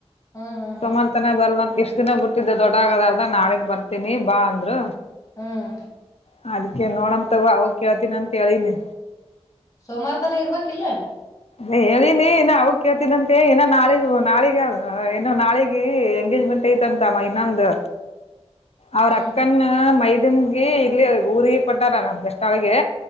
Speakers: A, on the left; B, on the left.
A: ಹ್ಮ್ ಹ್ಮ್ ಹ್ಮ್
B: ಸೊಮಾರ್ತನ ಬರ್ ನಂತ ಇಷ್ಟ್ <unintelligible> ದಿನ ಬಿಟ್ಟಿದ್ದೆ ದೊಡ್ಡ ಆಗದ ನಾಳಗ್ ಬರ್ತೀನಿ ಬಾ ಅಂದ್ರು
A: ಹ್ಮ್
B: ಅ <unintelligible> ಕೆ ನೋಡಮ ತಗೋ ಅವಗ ಕೇಳ್ತಿನಿ ಅಂತ ಹೇಳಿನಿ.
A: ಸೋಮಾರತನ ಇರ್ಬೇಕಿಲ್ಲ.
B: ಹೇಳಿನಿ ಇನ್ನ ಅವ ಕೇಳ್ತೀನಂತೆ ಇನ್ನ ನಾಳಿಗ ನಾಳಗ ಏನೋ ನಾಳಗಿ ಎಂಗೇಜ್ಮೆಂಟ್ <unintelligible> ತಂತಾವ ಇನ್ನೊಂದು ಅವ್ರ
A: ಹ್ಮ್
B: ಅಕ್ಕನ್ನ ಮೈದುನ್ಗೆ ಇಲ್ಲಿ ಊರಿಗೆ ಕೊಟ್ಟಾರ ನಮ್ ಬೆಸ್ತಾಳ್ಗೆ.